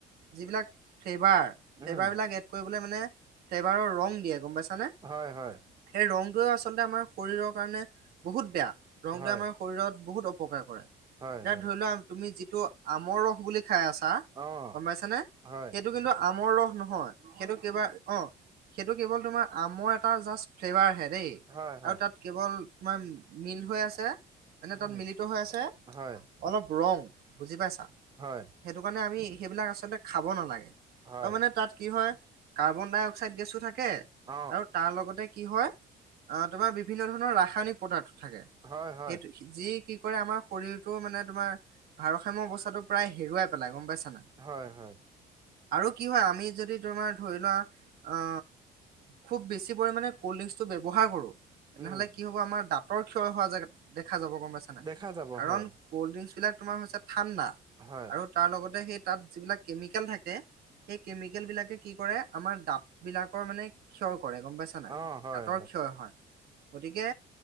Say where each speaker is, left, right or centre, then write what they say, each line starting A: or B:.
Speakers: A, on the right; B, on the right.
A: যিবিলাক ফ্লেভাৰ
B: উম
A: বিলাক এড কৰিব মানে ফ্লেভাৰৰ ৰং দিয়ে গম পাইছানে।
B: হয় হয়
A: সেই ৰং তোৱে আচলতে আমাৰ শৰীৰৰ কাৰণে বহুত বেয়া ৰংটোৱে
B: হয়
A: আমাৰ শৰীৰত বহুত অপকাৰ কৰে এতিয়া
B: হয় হয়
A: ধৰি লোৱা তুমি যিটো আমৰ ৰস বুলি খাই আছা,
B: অ
A: গম পাইছ নে
B: হয়
A: সেইটো কিন্তু আমৰ ৰস নহয় সেইটো কিবা অ সেইটো কেৱল তোমাৰ আমৰ এটা জাষ্ট ফ্লেভাৰ হে দেই
B: হয় হয়
A: আৰু তাত কেৱল তোমাৰ মিল হৈ আছে। এনেই
B: উম
A: তাত মিলিত হৈ আছে
B: হয়
A: অলপ ৰং বুজি পাইছা।
B: হয়
A: সেইটো কাৰণে আমি সেইবিলাক আচলতে খাব নালাগে আৰু
B: হয়
A: তাৰ মানে তাত কি হয় কাৰ্বন ডাই অক্সাইড গেছো থাকে
B: অ
A: আৰু তাৰ লগতে কি হয় আ তোমাৰ বিভিন্ন ধৰণৰ ৰাসায়নিক পদাৰ্থ থাকে।
B: হয় হয়।
A: সেইটো যি কি কৰে আমাৰ শৰীৰটো মানে তোমাৰ ভাৰসাম্য অৱস্থাটো প্ৰায় হেৰুৱাই পেলাই গম পাইছা নাই।
B: হয় হয়
A: আৰু কি হয় আমি যদি তোমাৰ ধৰি লোৱা অ খুব বেছি পৰিমাণে ক'ল্ড ড্ৰিংকচটো ব্যৱহাৰ কৰোঁ তেনেহ'লে
B: উম
A: কি হ'ব আমাৰ দাঁতৰ ক্ষয় হোৱা দেখা যাব গম পাইছা নাই।
B: দেখা যাব
A: কাৰণ
B: হয়
A: ক'ল্ড ড্ৰিংকছ বিলাক তোমাৰ হৈছে ঠাণ্ডা
B: হয়
A: আৰু তাৰ লগতে সেই তাত যিবিলাক কেমিকেল থাকে সেই কেমিকেল বিলাকে কি কৰে আমাৰ দাঁত- বিলাকৰ মানে ক্ষয় কৰে গম পাইছা নাই
B: অ হয়
A: দাঁতৰ ক্ষয় হয়। গতিকে